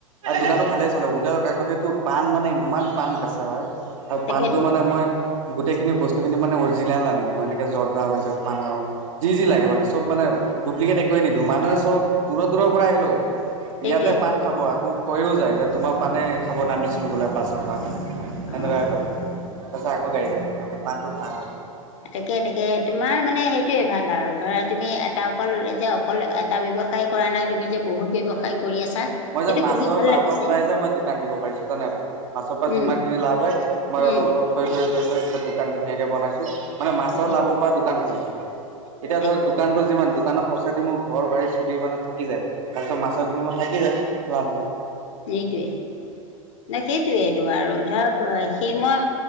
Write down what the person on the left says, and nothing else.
অ
তাকেতো
সেইটোৱে
অ
তাকে-তাকে তোমাৰ মানে সেইটোয়ে ভাল আৰু ধৰা তুমি এটা অকল যে অকল এটা ব্যৱসায় কৰা নাই তুমি যে বহুত ব্যৱসায় কৰি আছা।
সেইটো
শুনি ভাল
লাগিছে
উম
উম
তাকে
তাকে
সেইটোৱে, নে সেইটয়েইটো আৰু ধৰক সেই মই